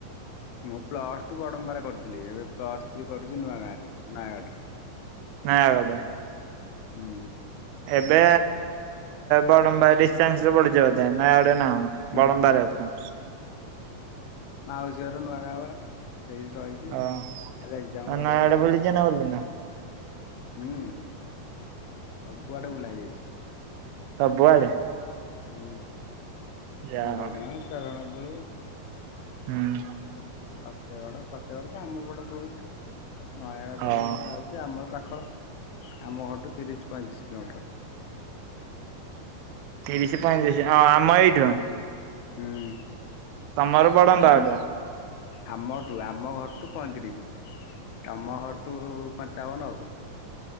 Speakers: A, on the left; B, on the right.
A: ମୁଁ ପ୍ଲସ ଟୁ ବଡମ୍ବା ରେ କରିଥିଲି ଏବେ ପ୍ଲସ ଥ୍ରୀ କରିୁଛି ନୂଆ ଗାଁ ରେ ନୟାଗଡ ରେ।
B: ନୟାଗଡ ରେ।
A: ହୁଁ
B: ଏବେ ବଡମ୍ବା ଡିସାନ୍ସ ରେ ପଡୁଛି ବୋଧେ ନା ହଁ
A: ହୁଁ
B: ବଡମ୍ବା
A: ହୁଁ
B: ରେ ଅଛ।
A: ମାଉସୀ ଘର ନୂଆ ଗାଁ ବା ସେଇଠି ରହିଛି
B: ହଁ
A: ଖାଲି ଏକ୍ଜାମ ଦବା
B: ନୟାଗଡ
A: ଯାଉଛି
B: ବୁଲିଛ
A: ଆଉ।
B: ନା ବୁଲିନ?
A: ହୁଁ ଆଉ କୁଆଡେ ବୁଲା ହେଇଛି ଆଜି?
B: ସବୁଆଡେ।
A: ହୁଁ।
B: ଯାହା
A: ବଡ
B: ହଉ
A: ଗାଁ ଶାରାଳା ଦେ
B: ହୁଁ।
A: ଫତେଗଡ ଫତେଗଡ ତ ଆମ ପଟେ ପଳଉଛି ଆଉ। ନୟାଗଡ଼ରେ
B: ହଁ
A: ସିନା ଯାଉଛି ଆମର ପାଖ। ଆମ ଘରଠୁ ତିରିଶ ପଇଁତିରିଶ କିଲୋମିଟର।
B: ତିରିଶ ପଁଇତିରିଶ ହଁ ଆମ ଏଇଠୁ।
A: ହୁଁ।
B: ତମର ବଡ଼ମ୍ବା
A: ଆମ
B: ଟା।
A: ଆମଠୁ ଆମ ଘରଠୁ ପଇଁତିରିଶ। ତମ ଘରଠୁ ପଞ୍ଚାବନ ଆଉ।